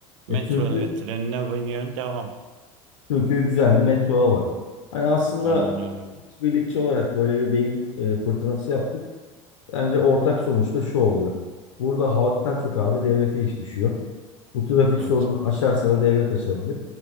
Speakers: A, on the right (about 75°); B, on the left (about 80°).
A: Metroya
B: E çünkü
A: trenine biniyorsun devam.
B: çünkü güzel bir metro ağı var. Hani aslında
A: Aynen öyle.
B: birlikçi olarak böyle bir beyin e, fırtınası yaptık. Bence ortak sonuçta şu oluyor. Burada halktan çok abi devlete iş düşüyor. Bu trafik
A: Evet.
B: sorununu aşarsa da devlet aşabilir.